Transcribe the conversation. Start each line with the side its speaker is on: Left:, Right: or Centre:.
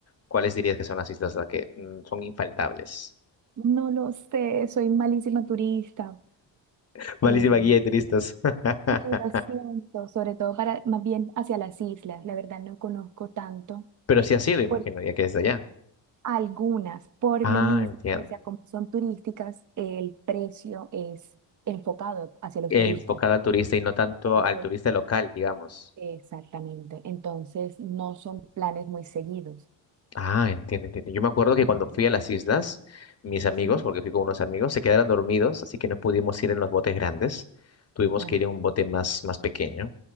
Left: cuáles dirías que son las islas las que mm, son infaltables?
Right: No lo sé, soy malísima turista.
Left: <laughs> Malísima
Right: Eh,
Left: guía de turistas. <laughs>
Right: Sí, lo siento, sobre todo para más bien hacia las islas. La verdad no conozco tanto
Left: Pero sí ha sido, imagino,
Right: por
Left: ya que es de allá.
Right: algunas, por
Left: Ah,
Right: lo mismo,
Left: entiendo.
Right: o sea, como son turísticas, el precio es enfocado hacia los
Left: Eh,
Right: turistas.
Left: Enfocada al turista y no tanto
Right: Entonces,
Left: al turista local, digamos.
Right: exactamente. Entonces, no son planes muy seguidos.
Left: Ah, entiendo, entiendo. Yo me acuerdo que
Right: Ujú.
Left: cuando fui a las islas, mis amigos,
Right: ¿Sí?
Left: porque fui con unos amigos, se quedaron dormidos, así que no pudimos ir en los botes grandes. Tuvimos
Right: Ah,
Left: que ir en un bote más, más pequeño.